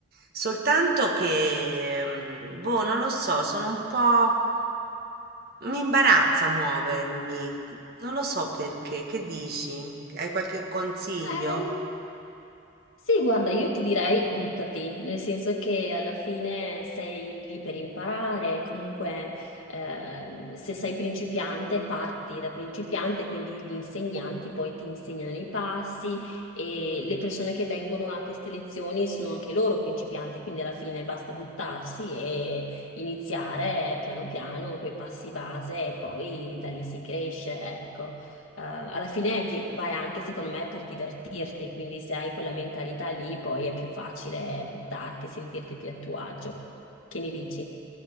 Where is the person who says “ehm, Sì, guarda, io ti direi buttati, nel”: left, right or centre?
Left